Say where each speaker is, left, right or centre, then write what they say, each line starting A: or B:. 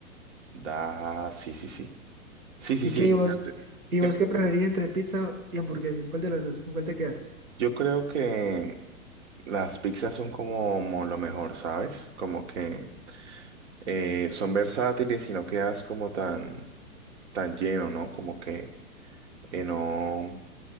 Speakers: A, on the right (about 55°); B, on the right (about 70°).
A: Da, sí, sí, sí. Sí, sí,
B: ¿Y
A: sí,
B: qué, y
A: fíjate.
B: vos, y
A: ¿Qué?
B: vos qué preferís entre pizza y hamburguesas? ¿Cuál de las dos? ¿Con cuál te quedas?
A: Yo creo que las pizzas son como, como lo mejor, ¿sabes? Como que... eh, son versátiles y no quedas como tan, tan lleno, ¿no? Como que eh, no,